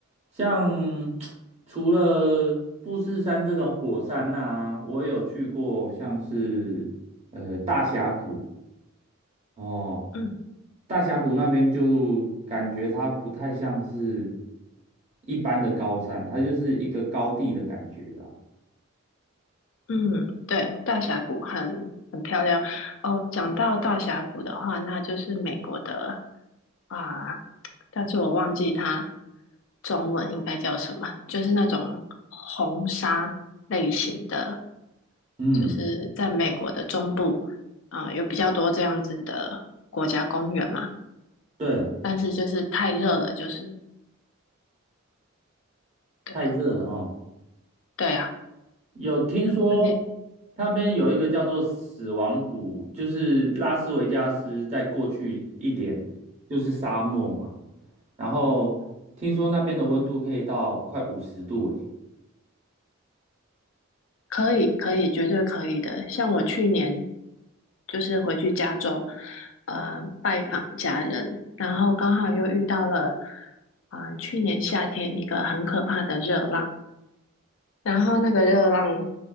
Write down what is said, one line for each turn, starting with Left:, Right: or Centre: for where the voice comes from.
Right: 像 <tsk> 除了富士山这种火山呐、我也有去过，像是呃大峡谷哦，
Left: 嗯。
Right: 大峡谷那边就感觉它不太像是一般的高山，它就是一个高地的感觉啦。
Left: 嗯，对，大峡谷很很漂亮哦。讲到大峡谷的话，那就是美国的啊，但是我忘记它中文应该叫什么，就是那种红沙类型的，
Right: 嗯，
Left: 就是在美国的中部啊，有比较多这样子的国家公园嘛。
Right: 对，
Left: 但是就是太热了，就是对
Right: 太热了哦。
Left: 对啊，
Right: 有听说
Left: 而且。
Right: 那边有一个叫做死亡谷，就是拉斯维加斯在过去一点就是沙漠嘛，然后听说那边的温度可以到快五十度诶。
Left: 可以，可以，绝对可以的。像我去年就是回去加州，呃，拜访家人，然后刚好又遇到了，啊、去年夏天一个很可怕的热浪，然后那个热浪